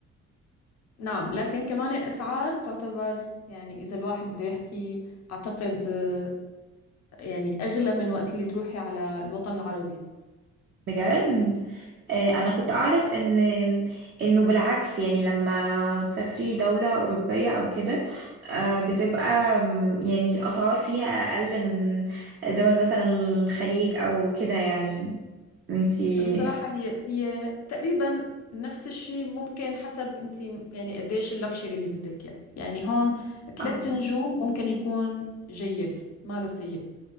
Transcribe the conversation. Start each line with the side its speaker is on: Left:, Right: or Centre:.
Left: نعم لكن كمان الأسعار تعتبر يعني إذا الواحد بده يحكي أعتقد آه، يعني أغلى من وقت اللي تروحي على الوطن العربي
Right: بجد آه، انا كنت اعرف ان انه بالعكس يعني لما تسافري دولة اوروبية او كده آه، بتبقى م، يعني الاسعار فيها اقل من دول مثلا الخليج او كده يعني انتي
Left: بصراحة هي هي تقريبا نفس الشيء ممكن حسب انت يعني قديش اللكشري اللي بدك اياه يعني هون
Right: اه
Left: ثلاث نجوم ممكن يكون جيد ما له سيء